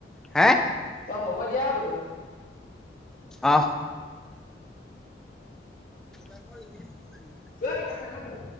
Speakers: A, in the centre; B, on the left.
A: হে
B: অ হ'ব দিয়া। বোলো।
A: আহ। <unintelligible>
B: এই বিকাশ দা হৈ গল।